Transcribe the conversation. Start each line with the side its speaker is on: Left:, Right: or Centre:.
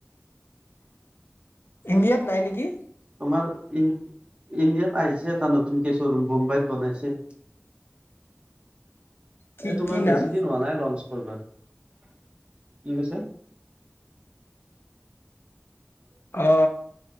Left: ইণ্ডিয়াত নাই নেকি
Right: তোমাৰ ইণ্ডিয়াত আহিছে এটা নতুন কেচৰুৰুম বম্বাইত বনাইছে
Left: কি
Right: এই তোমাৰ
Left: কি নাম
Right: বেছি দিন হোৱা নাই লঞ্চ হৈ যোৱা কি কৈছে
Left: অ